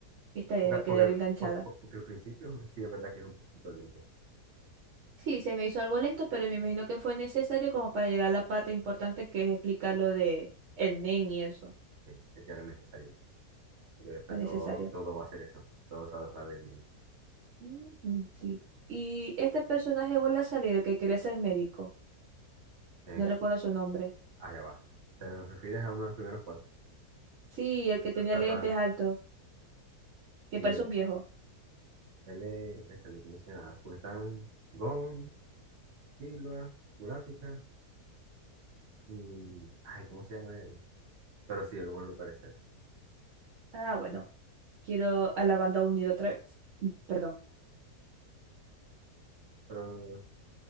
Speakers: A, on the right; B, on the right.
A: Está bien,
B: Porque,
A: me quedé
B: porque, al,
A: enganchada.
B: por- por- porque al principio sí es verdad que es un poquito lento.
A: Sí, se me hizo algo lento, pero me imagino que fue necesario como para llegar a la parte importante que es explicar lo de el nen y eso.
B: Sí, es que era necesario. Porque después
A: Fue necesario.
B: todo, todo va a ser eso. Todo se va a tratar del niño.
A: Ujú, Sí. Y este personaje vuelve a salir, el que quería ser médico.
B: Eh,
A: No recuerdo su nombre.
B: allá va. ¿Te refieres a uno de los primeros cuatro?
A: Sí, el
B: Porque
A: que
B: tra-
A: tenía
B: trata.
A: lentes altos, que
B: Sí,
A: parece
B: él
A: un viejo.
B: él es. Este, le conoce a Kujitán, Gon, Killua, Kurapika y. Ay, ¿cómo se llama él? Pero sí, él vuelve a aparecer.
A: Ah, bueno, quiero a la banda unida otra vez. Mm, Perdón.
B: Pero,